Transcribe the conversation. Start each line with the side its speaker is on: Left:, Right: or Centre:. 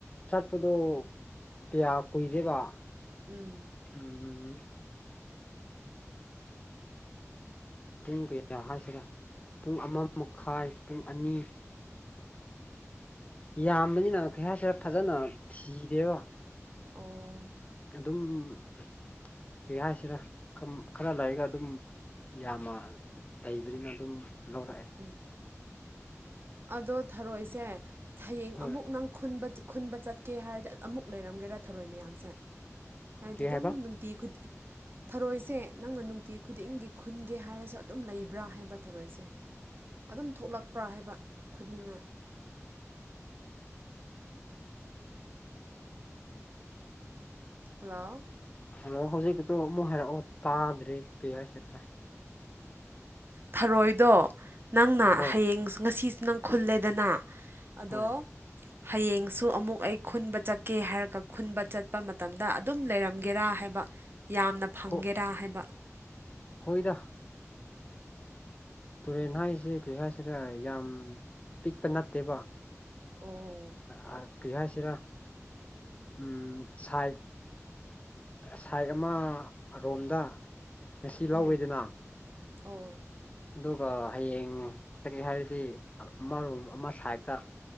Left: ꯆꯠꯄꯗꯣ ꯄꯌꯥ ꯀꯨꯏꯔꯦꯕ
Right: ꯎꯝ
Left: ꯎꯝꯃꯝ ꯄꯨꯡ ꯀꯌꯥ ꯍꯥꯏꯁꯤꯔ ꯄꯨꯡ ꯑꯃ ꯃꯈꯥꯏ ꯄꯨꯡ ꯑꯅꯤ ꯌꯥꯝꯕꯅꯤꯅ ꯀꯩ ꯍꯥꯏꯁꯤꯔ ꯐꯥꯖꯅ ꯊꯤꯗꯦꯕ
Right: ꯑꯣ
Left: ꯑꯗꯨꯝ ꯀꯩ ꯍꯥꯏꯁꯤꯔ ꯈꯝ ꯈꯔ ꯂꯩꯔꯒ ꯑꯗꯨꯝ ꯌꯥꯝꯃꯥ ꯂꯩꯕꯅꯤꯅ ꯑꯗꯨꯝ ꯂꯧꯔꯛꯑꯦ
Right: ꯎꯝ ꯑꯗꯣ ꯊꯔꯣꯏꯁꯦ ꯍꯌꯦꯡ
Left: ꯍꯣꯏ
Right: ꯑꯃꯨꯛ ꯅꯪ ꯈꯨꯟꯕ ꯆꯠ ꯈꯨꯟꯕ ꯆꯠꯀꯦ ꯍꯥꯏꯔꯗꯤ ꯑꯃꯨꯛ ꯂꯩꯔꯝꯒꯦꯔꯥ ꯊꯔꯣꯏ ꯃꯌꯥꯝꯁꯦ ꯍꯥꯏꯗꯤ
Left: ꯀꯩ
Right: ꯑꯗꯨꯝ
Left: ꯍꯥꯏꯕ
Right: ꯅꯨꯡꯇꯤ ꯈꯨꯗꯤꯡ ꯊꯔꯣꯏꯁꯦ ꯅꯪꯅ ꯅꯨꯡꯇꯤ ꯈꯨꯗꯤꯡꯒꯤ ꯈꯨꯟꯒꯦ ꯍꯥꯏꯔꯁꯨ ꯑꯗꯨꯝ ꯂꯩꯕ꯭ꯔꯥ ꯍꯥꯏꯕ ꯊꯔꯣꯏꯁꯦ ꯑꯗꯨꯝ ꯊꯣꯛꯂꯛꯄ꯭ꯔꯥ ꯍꯥꯏꯕ ꯈꯨꯅꯤꯡꯉꯥꯏ ꯍꯜꯂꯣ
Left: ꯍꯜꯂꯣ ꯍꯧꯖꯤꯛꯀꯤꯗꯣ ꯑꯃꯨꯛ ꯍꯥꯏꯔꯛꯑꯣ ꯇꯥꯗ꯭ꯔꯦ ꯀꯩ ꯍꯥꯏꯁꯤ <unintelligible>
Right: ꯊꯔꯣꯏꯗꯣ ꯅꯪꯅ
Left: ꯍꯣꯏ
Right: ꯍꯌꯦꯡ ꯉꯁꯤꯁꯨ ꯅꯪ ꯈꯨꯜꯂꯦꯗꯅ ꯑꯗꯣ
Left: ꯍꯣꯏ
Right: ꯍꯌꯦꯡꯁꯨ ꯑꯃꯨꯛ ꯑꯩ ꯈꯨꯟꯕ ꯆꯠꯀꯦ ꯍꯥꯏꯔꯒ ꯈꯨꯟꯕ ꯆꯠꯄ ꯃꯇꯝꯗ ꯑꯗꯨꯝ ꯂꯩꯔꯝꯒꯦꯔꯥ ꯍꯥꯏꯕ ꯌꯥꯝꯅ ꯐꯪꯒꯦꯔꯥ
Left: ꯍꯣ
Right: ꯍꯥꯏꯕ
Left: ꯍꯣꯏꯗ ꯇꯨꯔꯦꯟ ꯍꯥꯏꯁꯦ ꯀꯔꯤ ꯍꯥꯏꯁꯤꯔ ꯌꯥꯝ ꯄꯤꯛꯄ ꯅꯠꯇꯦꯕ
Right: ꯑꯣ
Left: ꯑꯥ ꯀꯔꯤ ꯍꯥꯏꯁꯤꯔ ꯎꯝ ꯁꯥꯏꯠ ꯁꯥꯏꯠ ꯑꯃ ꯔꯣꯝꯗ ꯉꯁꯤ
Right: ꯎꯝ
Left: ꯂꯧꯋꯦꯗꯅ
Right: ꯑꯣ
Left: ꯑꯗꯨꯒ ꯍꯌꯦꯡ ꯆꯠꯀꯦ ꯍꯥꯏꯔꯗꯤ ꯑꯃꯔꯣꯝ ꯑꯃ ꯁꯥꯏꯠꯇ